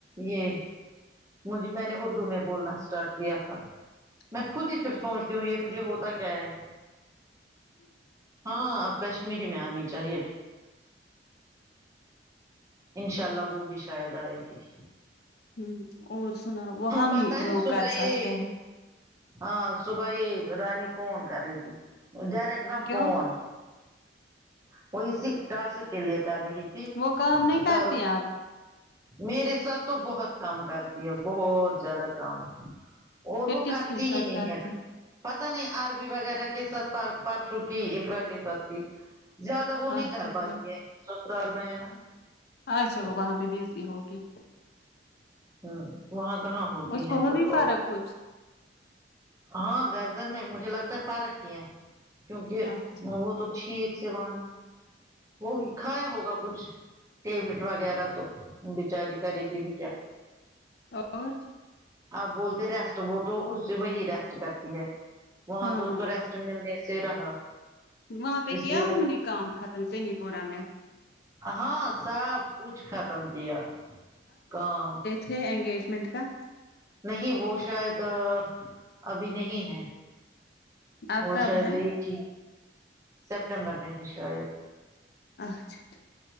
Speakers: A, on the right (about 15°); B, on the left (about 60°).
A: یہ مجھ میں نے اردو میں بولنا اسٹارٹ کیا تھا میں
B: ہمم
A: خود ہی پھر سوچتی ہوں یہ مجھے ہوتا کیا ہے ہاں اب کشمیری میں آنی چاہیے تھی انشاء اللہ وہ بھی شاید آئے گی
B: ہوں اور سنا وہاں
A: پتا
B: بھی
A: ہے
B: لوگ
A: صبح
B: کر
A: یہ
B: سکتے ہیں
A: ہاں صبح ہی رانی فون کر رہی تھی ڈریکٹ نا
B: کیوں
A: فون وہ اسی ٹاسک کے لیے کر رہی تھی
B: وہ کام نہیں کرتی
A: کرو
B: آپ
A: میرے ساتھ تو بہت کام کرتی ہے بہت زیادہ کام اور
B: پھر
A: وہ
B: کس
A: کرتی
B: کے ساتھ
A: ہی نہیں
B: کرتی
A: ہے پتا نہیں آربی وغیرہ کے ساتھ پرسو کی اقرا کے ساتھ کی زیادہ
B: ہیں؟
A: وہ نہیں کر پاتی ہے سسرال میں ہے نا
B: اچھا
A: تو
B: وہ وہاں پہ بیزی ہوگی
A: ہ وہاں کہاں ہوتی
B: اس کو
A: ہے
B: ہوگی
A: پھر کال
B: فرق کچھ
A: ہاں گردن میں مجھے لگتا ہے فارک ہی ہے کیونکہ
B: ہاں
A: وہ تو ٹھیک سے وہاں وہ ہوگی کھایا ہوگا کچھ ٹیبلیٹ وغیرہ تو بچاری کرے گی بھی کیا
B: اور
A: آپ بولتے ریسٹ وہ تو اس سے وہی ریسٹ کرتی ہے وہاں
B: ہاں
A: تو اس کو ریسٹ ملنے سے رہا
B: وہاں پہ
A: اس
B: کیا
A: لیے
B: انہوں نے کام ختم نیپورہ میں
A: آ ہاں سب کچھ ختم کیا کام
B: کے انگیجمنٹ کا
A: نہیں وہ شاید آ ابھی نہیں ہے
B: آپ
A: وہ
B: کب
A: شاید
B: ہے
A: لیٹ تھی سپٹمبر میں ہے شاید
B: اچھا ٹھیک